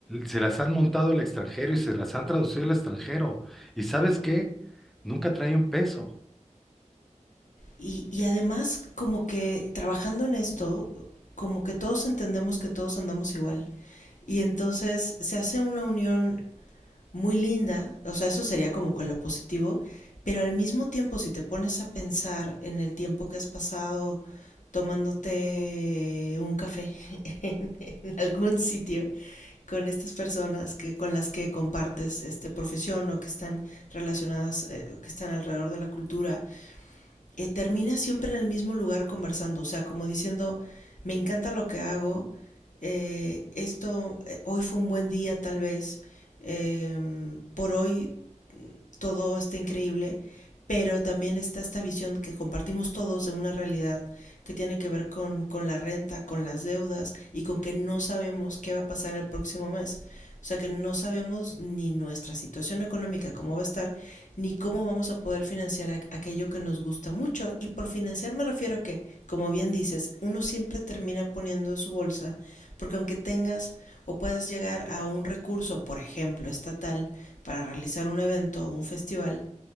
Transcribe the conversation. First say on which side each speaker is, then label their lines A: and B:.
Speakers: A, in the centre; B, on the left.
A: se las han montado al extranjero y se las han traducido al extranjero. ¿Y sabes qué? Nunca trae un peso.
B: Y, y además, como que trabajando en esto, como que todos entendemos que todos andamos igual. Y entonces se hace una unión muy linda, o sea, eso sería como con lo positivo, pero al mismo tiempo si te pones a pensar en el tiempo que has pasado tomándote un café <laughs> en, en algún sitio con estas personas que con las que compartes este profesión o que están relacionadas eh, que están alrededor de la cultura eh, termina siempre en el mismo lugar conversando, o sea, como diciendo, me encanta lo que hago, eh, esto, eh, hoy fue un buen día tal vez, eh, por hoy todo está increíble, pero también está esta visión que compartimos todos de una realidad que tiene que ver con, con la renta, con las deudas y con que no sabemos qué va a pasar el próximo mes. O sea que no sabemos ni nuestra situación económica cómo va a estar, ni cómo vamos a poder financiar aquello que nos gusta mucho. Y por financiar me refiero a que, como bien dices, uno siempre termina poniendo en su bolsa, porque aunque tengas o puedas llegar a un recurso, por ejemplo, estatal, para realizar un evento o un festival,